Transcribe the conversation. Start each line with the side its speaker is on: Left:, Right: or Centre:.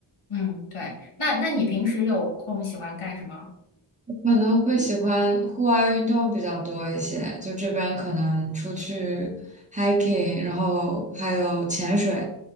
Left: 嗯对，那那你平时有空喜欢干什么？
Right: 我可能会喜欢户外运动比较多一些，就这边可能出去 hiking，然后还有潜水。